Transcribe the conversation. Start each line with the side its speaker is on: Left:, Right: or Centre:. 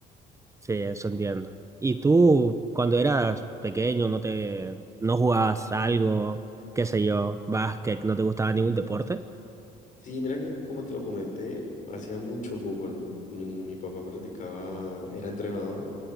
Right: Sí, eso entiendo. ¿Y tú, cuando eras pequeño, no te, no jugabas algo, qué sé yo, básquet, no te gustaba ningún deporte?
Left: Sí, mira que como te lo comenté, hacía mucho fútbol. Mi, mi papá practicaba, era entrenador.